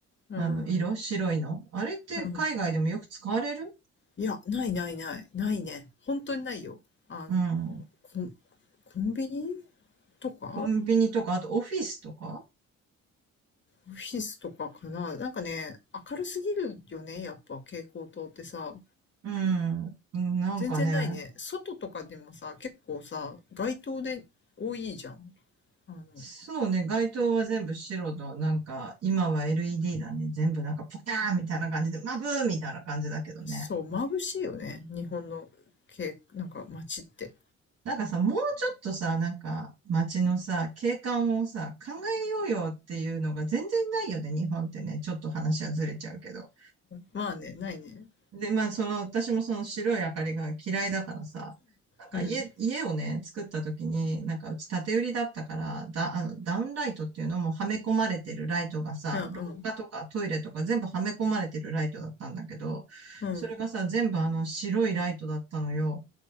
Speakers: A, on the left; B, on the right.
A: うん。
B: あの、色白いの。あれって海外でもよく使われる
A: うん。いや、ないないない。ないね。本当にないよ。あの、
B: うん。
A: コン、コンビニとか
B: コンビニとか、あとオフィスとか
A: オフィスとかかななんかね、明るすぎるよね。やっぱ蛍光灯ってさ。
B: うん。うんなんかね、
A: 全然ないね。外とかでもさ、結構さ、街灯で多いじゃん。あの、
B: そうね、街灯は全部白と、なんか、今は LED だね。全部なんか、ポターンみたいな感じで、マブーみたいな感じだけどね。
A: そう、眩しいよね。日本の、け、なんか街って。
B: なんかさ、もうちょっとさ、なんか、街のさ、景観をさ、考えようよっていうのが全然ないよね、日本ってね。ちょっと話はずれちゃうけど。
A: まあね、ないね。
B: で、まあ、その、私もその白い明かりが嫌いだからさ、なんか家、
A: うん。
B: 家をね、作った時に、なんかうち縦売りだったから、だ、あの、ダウンライトっていうのもはめ込まれてるライトがさ、
A: うん、
B: 廊下とかトイレとか全部はめ込まれてるライトだったんだけど、
A: うん、
B: それがさ、全部あの白いライトだったのよ。